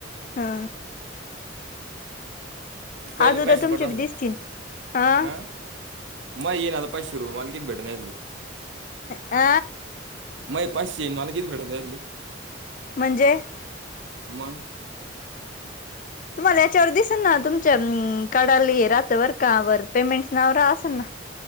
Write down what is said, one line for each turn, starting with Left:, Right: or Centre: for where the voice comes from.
Left: हा.
Right: पहिले
Left: आज उद्या
Right: मेसेज
Left: तुमचे
Right: पाठवाय
Left: बी
Right: सांग
Left: दिसतील
Right: कि
Left: हा
Right: यं माय येइल पाशे रु आले -- की भेटन ह्यातले.
Left: आ.
Right: मय पाचशे मला किती भेटन यातले?
Left: म्हणजे.
Right: मग.
Left: तुम्हाला याच्यावर दिसे ना तुमच्या अं -- काढाली रात्र वर का वर पेमेंट नावरा असेल ना.